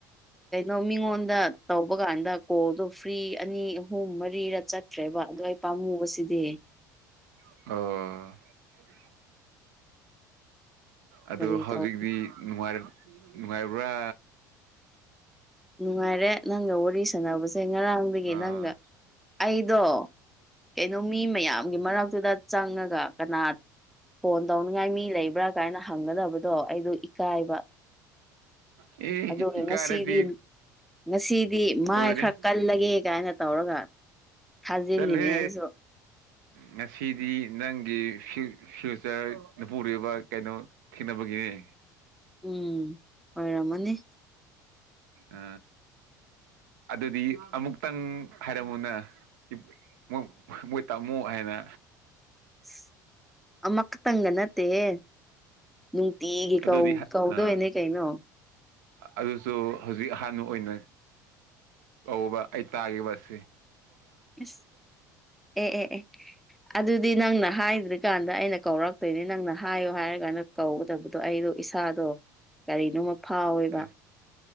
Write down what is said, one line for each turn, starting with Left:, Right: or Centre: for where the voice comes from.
Centre: ꯑ ꯃꯤꯉꯣꯟꯗ ꯇꯧꯕ ꯀꯥꯟꯗ ꯀꯣ ꯑꯗꯣ ꯐ꯭ꯔꯤ ꯑꯅꯤ ꯑꯍꯨꯝ ꯃꯔꯤꯔ ꯆꯠꯈ꯭ꯔꯦꯕ ꯑꯗꯣ ꯑꯩ ꯄꯥꯝꯃꯨꯕꯁꯤꯗꯤ <unintelligible>
Right: ꯑꯣ ꯑꯗꯨ
Centre: ꯀꯔꯤ
Right: ꯍꯧꯖꯤꯛꯇꯤ
Centre: ꯇꯧ
Right: ꯅꯨꯡꯉꯥꯏꯔ ꯅꯨꯡꯉꯥꯏꯕ꯭ꯔꯥ
Centre: ꯅꯨꯡꯉꯥꯏꯔꯦ ꯅꯪꯒ ꯋꯥꯔꯤ ꯁꯥꯟꯅꯕꯁꯦ ꯉꯔꯥꯡꯗꯒꯤ
Right: ꯑꯥ
Centre: ꯅꯪꯒ ꯑꯩꯗꯣ ꯀꯩꯅꯣ ꯃꯤ ꯃꯌꯥꯝꯒꯤ ꯃꯔꯛꯇꯨꯗ ꯆꯪꯉꯒ ꯀꯅꯥ ꯐꯣꯟ ꯇꯧꯅꯤꯉꯥꯏ ꯃꯤ ꯂꯩꯕ꯭ꯔꯥ ꯀꯥꯏꯅ ꯍꯪꯒꯗꯕꯗꯣ ꯑꯩꯗꯨ ꯏꯀꯥꯏꯕ
Right: ꯑꯦ
Centre: ꯑꯗꯨꯒ
Right: ꯏꯀꯥꯏꯔꯗꯤ
Centre: ꯉꯁꯤꯗꯤ ꯉꯁꯤꯗꯤ ꯃꯥꯏ
Right: ꯂꯣꯏꯔꯦ
Centre: ꯈꯔ ꯀꯜꯂꯒꯦ ꯀ ꯍꯥꯏꯅ ꯇꯧꯔꯒ ꯊꯥꯖꯤꯜꯂꯤꯅꯦ
Right: ꯆꯠꯂꯦ
Centre: ꯑꯩꯁꯨ
Right: ꯉꯁꯤꯗꯤ ꯅꯪꯒꯤ ꯐ꯭ꯌꯨꯆꯔ ꯅꯨꯄꯨꯔꯣꯏꯔꯤꯕ ꯀꯩꯅꯣ ꯊꯦꯡꯅꯕꯒꯤꯅꯦ
Centre: ꯎꯝ ꯑꯣꯏꯣꯏꯔꯝꯃꯅꯤ
Right: ꯑ ꯑꯗꯨꯗꯤ ꯑꯃꯨꯛꯇꯪ ꯍꯥꯏꯔꯝꯃꯨꯅ ꯣꯏ ꯃꯣꯏ ꯇꯝꯃꯨ ꯍꯥꯏꯅ
Centre: <unintelligible> ꯑꯃꯈꯛꯇꯪꯒ ꯅꯠꯇꯦꯍꯦ ꯅꯨꯡꯇꯤꯒꯤ
Right: ꯑꯗꯨꯗꯤ
Centre: ꯀꯧ ꯀꯧꯗꯣꯏꯅꯦ
Right: ꯑꯥ
Centre: ꯀꯩꯅꯣ
Right: ꯑꯗꯨꯁꯨ ꯍꯧꯖꯤꯛ ꯑꯍꯥꯟꯕ ꯑꯣꯏꯅ ꯑꯕ ꯑꯩ ꯇꯥꯒꯦ ꯕꯁꯁꯦ
Centre: ꯁ ꯑꯦ ꯑꯦ ꯑꯦ ꯑꯗꯨꯗꯤ ꯅꯪꯅ ꯍꯥꯏꯗ꯭ꯔꯤꯀꯥꯟꯗ ꯑꯩꯅ ꯀꯧꯔꯛꯇꯣꯏꯅꯦ ꯅꯪꯅ ꯍꯥꯏꯌꯣ ꯍꯥꯏꯔ ꯀꯥꯟꯗ ꯀꯧꯒꯗꯕꯗꯣ ꯑꯩꯗꯣ ꯁꯥꯗꯣ ꯀꯔꯤꯅꯣꯃ ꯐꯥꯎꯋꯦꯕ
Right: ꯑꯁ